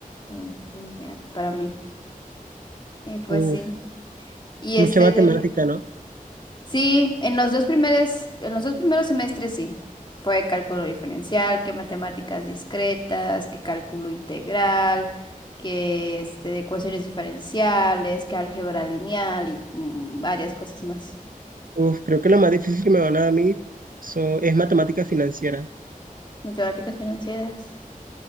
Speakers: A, on the left; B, on the right.
A: en- en mi- para mí. Y pues
B: uf,
A: sí. Y
B: mucha
A: este
B: matemática,
A: de...
B: ¿no?
A: Sí, en los dos primeros, en los dos primeros semestres sí. Fue cálculo diferencial, que matemáticas discretas, que cálculo integral, que este, de ecuaciones diferenciales, que álgebra lineal y mm, varias cosas más.
B: Uf, creo que lo más difícil que me van a dar a mí so- es matemática financiera.
A: Matemáticas financieras.